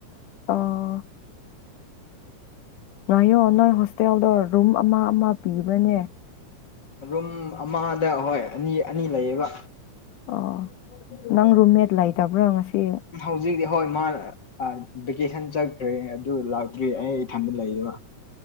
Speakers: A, on the left; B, on the left.
A: ꯑ‌ꯣ ꯉꯥꯏꯌꯣ ꯅꯣꯏ ꯍꯣꯁꯇꯦꯜꯗꯣ ꯔꯨꯝ ꯑꯃ ꯑꯃ ꯄꯤꯕ꯭ꯔꯅꯦ
B: ꯔꯨꯝ ꯑꯃꯗ ꯍꯣꯏ ꯑꯅꯤ ꯑꯅꯤ ꯂꯩꯌꯦꯕ
A: ꯑꯣ ꯅꯪ ꯔꯨꯝꯃꯦꯠ ꯂꯩꯇꯕ꯭ꯔꯣ ꯉꯁꯤ
B: ꯍꯧꯖꯤꯛꯇꯤ ꯍꯣꯏ ꯃꯥ ꯚꯦꯀꯦꯁꯟ ꯆꯠꯈ꯭ꯔꯦ ꯑꯗꯨ ꯂꯥꯛꯇ꯭ꯔꯤ ꯑꯩ ꯏꯊꯟꯗ ꯂꯩꯌꯦꯕ